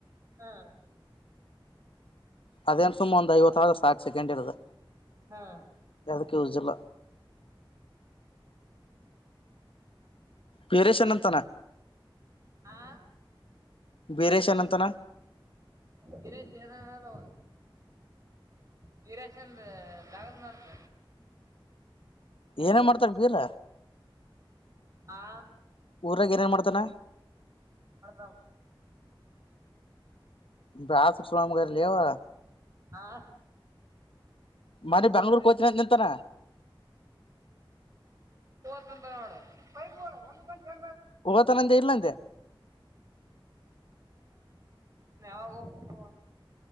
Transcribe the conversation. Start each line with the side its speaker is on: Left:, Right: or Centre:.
Right: ಹಾ
Left: ಅದೇನ್ ಸುಮ ಒಂದ್ ಐವತ್ತಾರ ಸಾಕ್ ಸೆಕೆಂಡಿರದ
Right: ಹಾ
Left: ಯದಕ್ಕ್ ಯೂಸ್ ಇಲ್ಲ ಪೇರೇಶನ ಅಂತಾನ
Right: ಹಾ
Left: ಬೀರೇಶನ್ ಅಂತಾನ
Right: ವೀರೇಶ ಹಾ ಹಲೋ ವೀರ ಚಂದ ದಗನ್ ಅಂತ
Left: ಏನೇ ಮಾಡ್ತಾರ ಬೀರ
Right: ಆ
Left: ಊರಾಗ ಏನೇನ್ ಮಾಡ್ತಾನ
Right: ಅಡದಾ
Left: ಬಾಸು ಸುನಾಮಗಲಿವಾ
Right: ಹಾ
Left: ಮಾಡ ಬೆಂಗಳೂರು ಕೋಚ್ನ ನಿಂತಾರ.
Right: ನೋ ಪೈ ಒಂದು ಗಂಟೆ.
Left: ಹೋಗತಾನಂದೆ ಇಲ್ಲಂದೆ
Right: <inaudible> <inaudible>